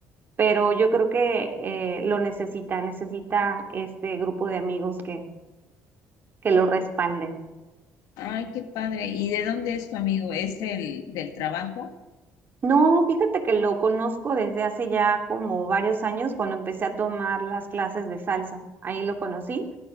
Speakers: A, on the right; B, on the left.
A: pero yo creo que eh, lo necesita, necesita este grupo de amigos que, que lo respalden.
B: Ay, qué padre. ¿Y de dónde es tu amigo? ¿Es el del trabajo?
A: No, fíjate que lo conozco desde hace ya como varios años cuando empecé a tomar las clases de salsa. Ahí lo conocí.